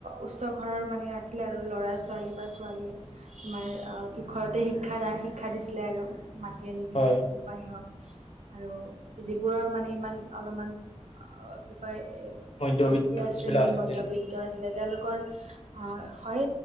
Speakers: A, on the right (about 80°); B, on the left (about 60°).
A: উচ্চ ঘৰৰ মান আছিলে আৰু ল'ৰা ছোৱালী বা ছোৱালীয়ে তোমাৰ কি ঘৰতে শিক্ষা শিক্ষা দিছিলে আৰু মাতি আনি কিনে
B: হয়
A: কোনোবা শি হক আৰু যিবোৰৰ মানে ইমান অলপমান কি কয়
B: মধ্যবিত্ত
A: দুখীয়া
B: যোনবিলাক
A: শ্ৰেণীৰ
B: আছিল
A: মধ্যবিত্ত আছে তেওঁলোকৰ অহ হয়